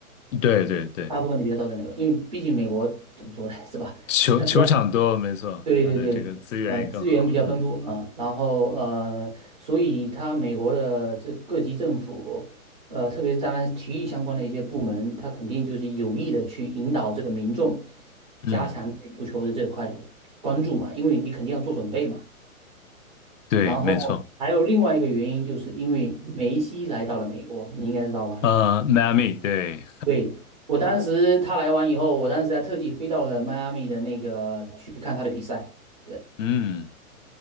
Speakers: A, on the left; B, on the right.
A: 对对对，
B: 大部分的比赛都在美国，因为毕竟美国怎么说呢，是吧？
A: 球球场多，
B: <laughs> 比较。
A: 没错，
B: 对对对，
A: 它的这个资源也更好，
B: 呃，资源比较丰富啊，
A: 嗯
B: 然后呃，所以它美国的这各级政府，呃，特别是当然体育相关的一些部门，它肯定就是有意的去引导这个民众加强对足球的这块的关注嘛，
A: 嗯，
B: 因为你肯定要做准备嘛。
A: 对，
B: 然后还有另外一个原因，
A: 没错，
B: 就是因为梅西来到了美国，你应该知道吧？
A: 呃，迈阿密，对，
B: 对，我当时他来完以后，我当时还特地飞到了迈阿密的那个去看他的比赛。对。
A: <laughs> 嗯